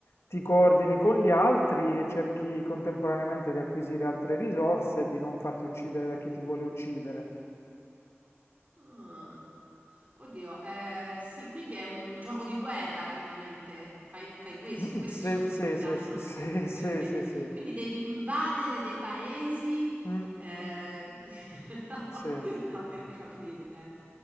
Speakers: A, on the left; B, on the right.
A: ti coordini con gli altri e cerchi contemporaneamente di acquisire altre risorse e di non farti uccidere da chi ti vuole uccidere.
B: ah. Oddio, eh, sì, quindi è un gioco di guerra praticamente. Fai, fai questo,
A: <laughs>
B: questi
A: Sì,
B: sono quelli
A: sì,
B: che piacciono
A: sì, sì,
B: a
A: sì,
B: te. Ok,
A: sì,
B: ok.
A: sì, sì.
B: Quindi devi invadere dei paesi.
A: Mm,
B: eh, <laughs> no,
A: sì.
B: no, per capire. eh.